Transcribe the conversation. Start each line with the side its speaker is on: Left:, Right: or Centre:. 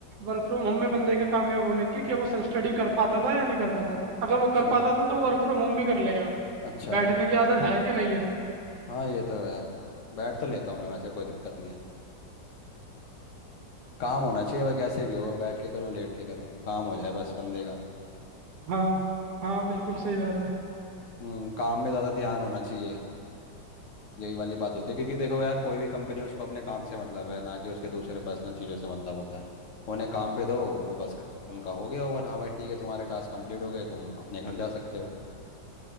Right: वर्क फ्रॉम होम में बंदे के कामयाब होने की कि वो सेल्फ स्टडी कर पाता था या नहीं कर पाता था अगर वो
Left: अच्छा
Right: कर पाता था तो वर्क फ्रॉम होम भी कर लेगा
Left: अच्छा
Right: बैठने की आदत है कि नहीं है
Left: हाँ ये तो है बैठ तो लेता हूँ मैं वैसे कोई दिक्कत नहीं है काम होना चाहिए वह कैसे भी हो बैठ के करूँ लेट के करूँ काम हो जाए बस बंदे का
Right: हाँ हाँ बिल्कुल सही बात है
Left: हम्म काम में ज़्यादा ध्यान होना चाहिए यही वाली बात होती है क्योंकि देखो यार कोई भी कंपनी है उसको अपने काम से मतलब है ना कि उसके दूसरे पर्सनल चीज़ों से मतलब होता है उन्हें काम पे दो वो बस ख- उनका हो गया ओवर हाँ भाई ठीक है तुम्हारे टास्क कंप्लीट हो गए तुम अपने घर जा सकते हो